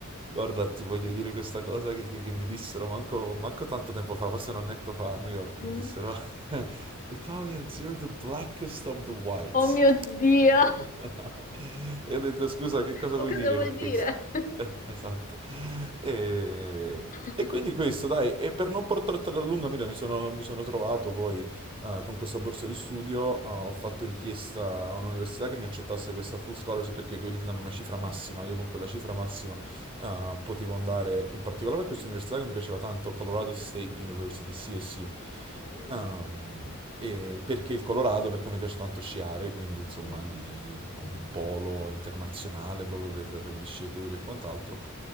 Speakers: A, on the right (about 25°); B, on the left (about 40°).
A: Guarda, ti voglio dire questa cosa che, che- che mi dissero manco, manco tanto tempo fa, forse un annetto fa a New York,
B: Mm.
A: mi dissero <laughs> Italians, you're the blackest of the whites.
B: Oh mio Dio! <laughs>
A: <laughs> E ho detto, scusa, che cosa
B: Ma
A: vuoi
B: cosa
A: dire
B: vuol
A: con
B: dire?
A: questo? <laughs> Eh, Esatto. E,
B: <laughs>
A: e quindi questo, dai, e per non portartela a lunga, mira, mi sono, mi sono trovato poi eh, con questa borsa di studio, eh, ho
B: Mm.
A: fatto richiesta a un'università che mi accettasse questa full scholarship perché quelli ti danno una cifra massima,
B: Eh,
A: io con quella cifra massima Uh, potevo andare in particolare a questa università che mi piaceva tanto, Colorado State University, CSU.
B: Bello.
A: Um, e perché il Colorado? Perché mi piace tanto sciare, quindi insomma
B: Mhm,
A: lì è un
B: mhm,
A: polo internazionale proprio per, per gli sciatori e quant'altro.